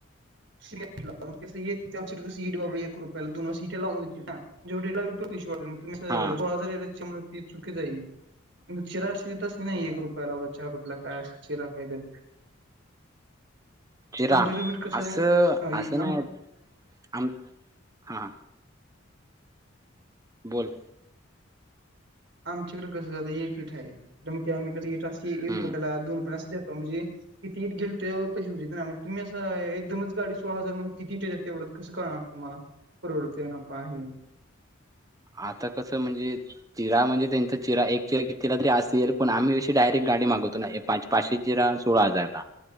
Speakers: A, on the right; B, on the right.
A: स लाच्या कंईट बाबा एक रुपयाला दोन वर्ष सटे लावूनेत ना जेवढेडे लाल तो पैशी वाग सोळा
B: हा
A: हजार एरजची ती चुकी जाईल ग चिरा अशी देत असल ना एक रुपयाला व चार रुपयाला काय चिरा काहीत
B: चिरा
A: आमच्याकडे बीट कसं
B: असं
A: आहे हा हे
B: असं
A: आम
B: नाही आम हा बोल
A: आमच्याकडे कसं जात एक हिठा आहे तर मग ते आमही कस इठ एक
B: हम्म
A: रुपयाला दोन रुपया देतो म्हणजे किती इेल त्यावर पैशी होऊेत ना मग तुम्ही असं एकदमच गाडी सोळा हजार मग कितीेेतात तेवढ कसं करणार तुम्हाला प्रवृती ये नां पा आहे
B: आता कसं म्हणजे चिरा म्हणजे त्यांचा चिरा एक चिरा तिला तरी असेल पण आम्ही अशी डायरेक्ट गाडी मागवतो ना पा पाचशे चिरा सोळा हजार ला